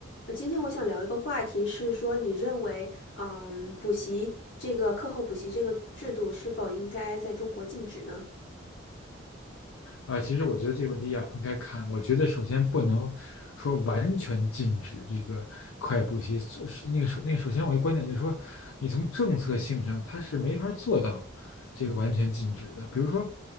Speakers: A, on the left; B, on the left.
A: 呃今天我想聊一个话题，是说你认为，嗯，补习这个课后补习这个制度是否应该在中国禁止呢？
B: 啊、呃其实我觉得这个问题要分开看。我觉得首先不能说完全禁止这个快步习，是那个首那个首先我一观点就是说，你从政策性上它是没法做到这个完全禁止的。比如说，